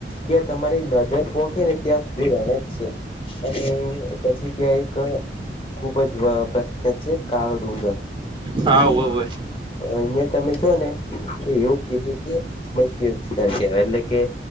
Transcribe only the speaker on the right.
હા
હોવે હોવે